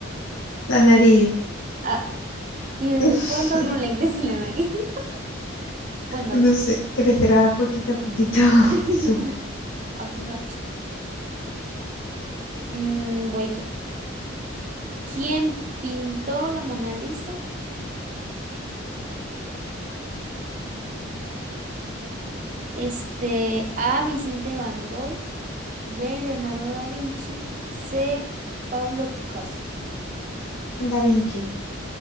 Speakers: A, on the left (about 80°); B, on the right (about 35°).
A: La nariz.
B: Ah. ¿Y desde
A: <laughs>
B: cuándo a uno le crece la nariz? <laughs> Bueno,
A: No sé, crecerá poquito a poquito, <laughs>
B: <laughs>
A: supongo.
B: a Pinocho. Mm, voy yo. ¿Quién pintó la Mona Lisa? Este, A. Vicente Van Gogh, B. Leonardo da Vinci, C. Pablo Picasso.
A: Da Vinci.